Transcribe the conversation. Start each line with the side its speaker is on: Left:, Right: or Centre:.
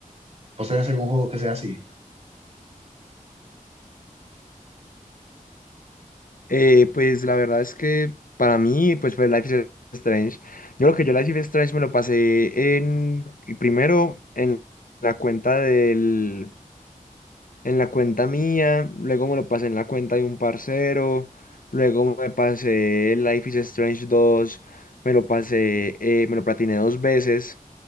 Right: ¿Vos tenés algún juego que sea así?
Left: Eh, pues la verdad es que para mí, pues fue Life is Strange. Yo lo que yo Life is Strange me lo pasé en primero en la cuenta del, en la cuenta mía, luego me lo pasé en la cuenta de un parcero, luego me pasé Life is Strange dos me lo pasé, eh, me lo platiné dos veces,